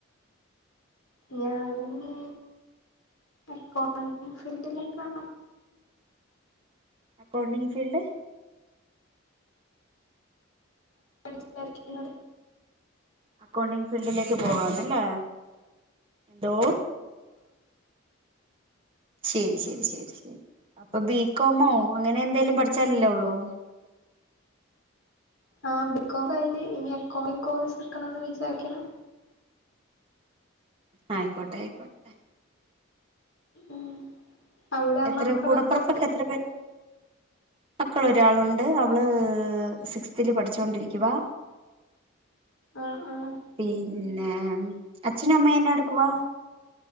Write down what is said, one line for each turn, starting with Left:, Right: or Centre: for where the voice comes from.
Left: ഞാനിനി അക്കൗണ്ടിംഗ് ഫീൽഡിലേക്കാ
Right: അക്കൗണ്ടിംഗ് ഫീൽഡ്
Left: സംസാരിക്കുന്നത് <inaudible>
Right: ക്കൗണ്ടിംഗ് ഫീൽഡിലേക്ക് പോകന്ല്ലേ ന്തോ ശരി ശരി ശരി ശരി അപ്പൊ ബികോമോ അങ്ങനെന്തേലും പഠിച്ചാല്ലോള്ളൂ?
Left: ആ ബിക്കോം കയിഞ്ഞ് ഇനി അക്കൗണ്ടിഗ് കൊഴ്സ്ട്കണെന്ന് വിചാരിക്കണ്
Right: ആ യിക്കോട്ടാ യിക്കോട്ടെ
Left: ഉം അവിടെ
Right: എത്ര
Left: മക്കളൊക്കെത്ത്
Right: കൂടപ്പുറപ്പൊക്കെ എത്ര പേര് മക്കളൊരാളുണ്ട് അവള് സിക്സ്ത്തില് പഠിച്ചോണ്ടിരിക്കുവാ
Left: ആഹ് ആഹ്
Right: പിന്നെ മ് അച്ഛനും അമ്മേം എന്നാ എടുക്കുവാ